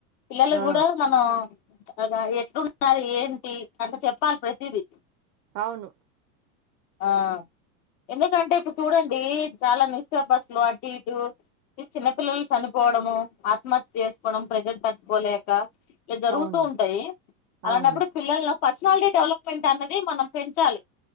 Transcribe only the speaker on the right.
ఆ!
అవును
అవును.
అవును.